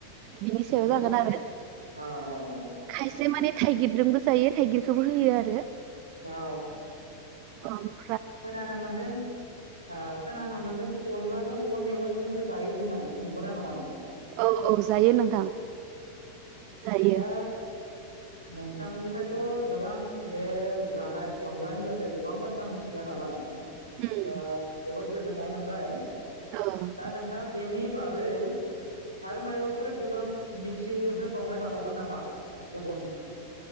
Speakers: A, on the right; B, on the right.
A: बिनि सायाव
B: बेखौ
A: जागोन आरो
B: ओ औ औ
A: खायसे माने थाइगिरजोंबो जायो थाइगिरखौबो होयोआरो
B: औ
A: औ
B: खोनानो मोनदों ओ खोनानो मोनदों अनलाजों औवा मेवाइजोंबो जायो होननानै नंगौना नङा नोंथां?
A: औ औ जायो नोंथां। जायो
B: दा नोंथांनिफ्रायथ' गोबां बे जानाय अनलानि बागै गोबां बाथ्रा मिथिनो हाबाय ओ
A: उम
B: जोबोद गोजोननाय मोनबाय।
A: औ
B: दा नोंथाङा बेनि बागै आरो माइबाफोर गोबां मिथिहोबावनो हाबावगोन नामा गुबुन